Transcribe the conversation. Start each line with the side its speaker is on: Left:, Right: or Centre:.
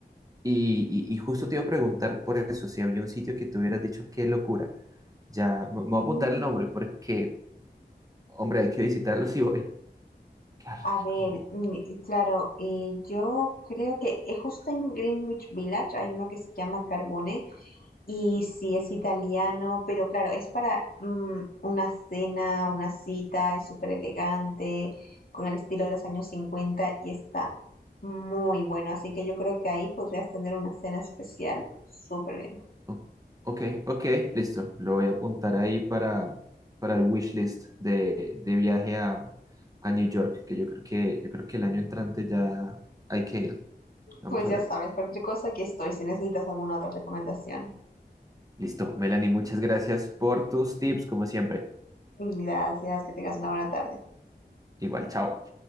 Right: y, y- y justo te iba a preguntar por eso, si había un sitio que te hubieras dicho qué locura. Ya, me me
Left: Mm.
Right: voy a apuntar el nombre porque, hombre, hay que visitarlo si voy. Qué rico.
Left: A ver, mm, claro, eh, yo creo que eh, justo en Greenwich Village hay uno que se llama Carbone, Y sí, es italiano, pero claro, es para mm, una cena, una cita, es súper elegante, con el estilo de los años cincuenta y está muy bueno. Así que yo creo que ahí podrías tener una cena especial súper bien.
Right: O- Ok, ok, listo. Lo voy a apuntar ahí para, para el wishlist de, de viaje a, a New York, que yo creo que, yo creo que el año entrante ya hay que ir. Vamos
Left: Pues
Right: a
Left: ya
Right: ver.
Left: sabes, cualquier cosa aquí estoy si necesitas alguna otra recomendación.
Right: Listo, Melanie, muchas gracias por tus tips, como siempre.
Left: Gracias, que tengas una buena tarde.
Right: Igual, chao.